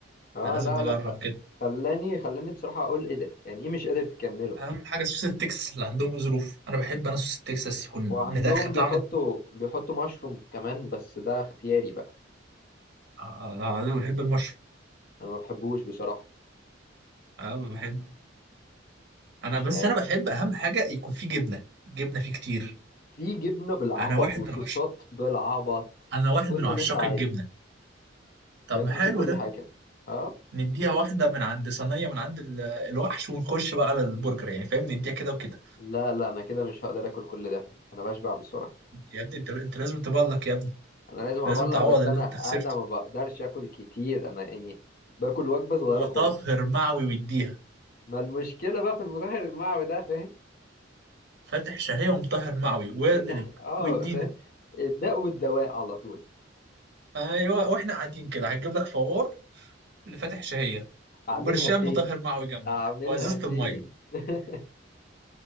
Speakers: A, on the left; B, on the right.
A: اه
B: احنا لازم
A: لا
B: نجرب
A: لا
B: كده
A: خلاني خلاني بصراحة اقول ايه ده يعني ايه مش قادر تكمله
B: اهم حاجه سوس التكساس اللي عندهم ظروف انا بحب انا سوس التكساس يكون
A: وعندهم
B: مدخن طعم
A: بيحطوا بيحطوا مشروم كمان بس ده اختياري بقى
B: آه، آه، انا بحب المشروم
A: انا ما بحبوش بصراحة
B: اه بحب
A: مش
B: انا بس
A: عارف
B: انا بحب اهم حاجه يكون فيه جبنه جبنه فيه كتير
A: في جبنة بالعبط
B: انا واحد
A: وصوصات
B: من عش...
A: بالعبط
B: انا واحد
A: كل
B: من عشاق
A: اللي انت عايزه
B: الجبنه طب
A: يا ابني
B: ما حلو
A: في كل
B: ده
A: حاجة اه
B: نديها واحده من عند صينيه من عند ال- الوحش ونخش بقى على البرجر يعني فاهم نديها كده وكده
A: لا لا انا كده مش هقدر اكل كل ده انا بشبع بسرعه
B: يا ابني انت انت لازم تبلك يا ابني
A: انا لازم ابلغ
B: لازم تعوض
A: بس
B: اللي
A: انا
B: انت خسرته
A: انا ما بقدرش اكل كتير انا يعني باكل وجبه صغيره
B: مطهر
A: خالص
B: معوي ويديها
A: ما المشكله بقى في المسحر المعوي ده فاهم
B: فاتح شهيه ومطهر معوي والقلب
A: ده تح... اه
B: ويدينا
A: فاهم الداء والدواء على طول
B: ايوه واحنا قاعدين كده هتجيب لك فوار لفاتح شهيه وبرشام
A: اعملها فين
B: مطهر معوي جنبك
A: اعملها
B: وازازه
A: فين
B: الميه
A: <laughs>